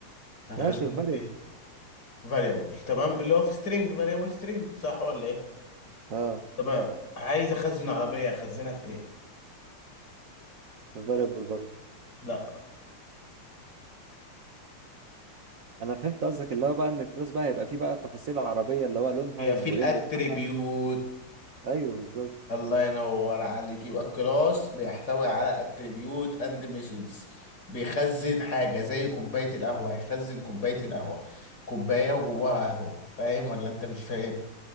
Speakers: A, on the left; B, on the right.
A: هنخزنه
B: ماشي فاريبل
A: في ايه فاريبل تمام اللي هو في سترينج فاريبل سترينج صح ولا ايه
B: اه
A: تمام عايز اخزن عربية اخزنها في ايه
B: فاريبل برضه
A: لا
B: انا فهمت قصدك اللي هو بقى ان الكلاس بقى هيبقى فيه بقى تفاصيل عربيه اللي هو لونها
A: هي
B: والموديل
A: في الاتريبيوت
B: بتاعها ايوه بالظبط
A: الله ينور عليك يبقى الكلاس بيحتوي على اتريبيوت اند ميثودز بيخزن حاجه زي كوبايه القهوه هيخزن كوبايه القهوه كوبايه وجواها قهوه فاهم ولا انت مش فاهم